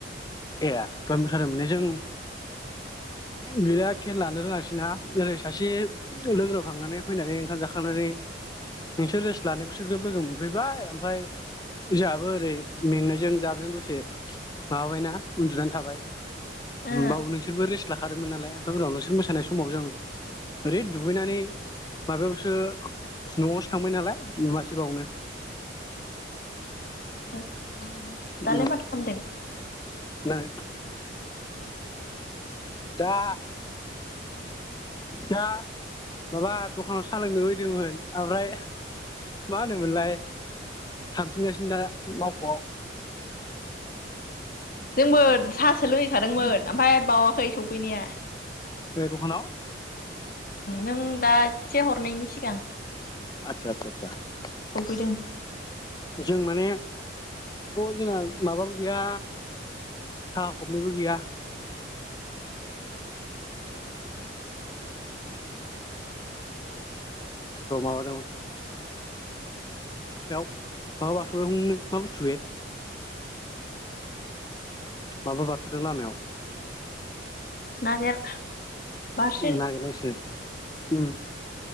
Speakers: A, on the left; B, on the left.
A: ए दहय मोसानाय मोनननयजों बिराद खेल लानो रोङासै ना ओरै सासे जौ लोंनायाव थांनानै फैनानै ओंखाम जाखांनानै नोंसोर रेस लानायखौसो ग्रोब लोगोन सफैबाय ओमफ्राय जोंहाबो ओरै मेंनायजों जाबजों दसे माबाबायना उन्दुनानै थाबाय
B: ओ
A: बावबो नोंसोरबो रेस लाखादोंमोन नालाय ओमफ्राय उनाव नोंसोर मोसानाय समाव जों ओरै दुगैनानै माबायावसो न'आवसो थांबाय नालाय नुवासै बावनो
B: आदसा दालाय
A: उम
B: माथो खालामामदों
A: नै दा दा माबा दखानाव सालोंनो फै दोंमोन ओमफ्राय मा होनोमोनलाय थांफिनगासिनो दा मावख'आव
B: जोंबो साहासो लोंहैखादोंमोन ओमफ्राय बावाखै सफैनाया
A: द'खानाव
B: नों दा एसे हरनायनि सिगां
A: आतसा आतसा आसा
B: सफैदों
A: जों माने ज' जोंना माबाबो गैया साखा खबनैबो गैया ओरैनो माबा बारस'दों मा बुस्थु बे माबा बारस'दों लामायाव
B: ना गैया आरोखि बारसे
A: नागिरनांसिगोन उम